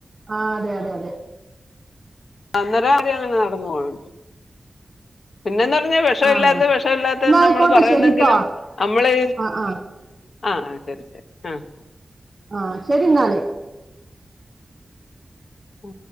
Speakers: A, on the right; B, on the left.
A: ആ അതെ അതെ അതെ
B: അന്നരം കം അങ്ങനെ നടന്ന പോളണ്ട് പിന്നെന്ത പറ പറ വിഷമില്ലാത്ത
A: ആ
B: വിഷമില്ലാത്തന്ന്
A: എന്നാ ആയിക്കോട്ടെ
B: നമ്മള് പറയുന്നെങ്കിലും
A: ശരിട്ടോ
B: നമ്മള്
A: ആ ആ
B: ആഹ് ആ ശരി ശരി ആഹ്
A: ആഹ് ശരി എന്നാല്
B: ഓ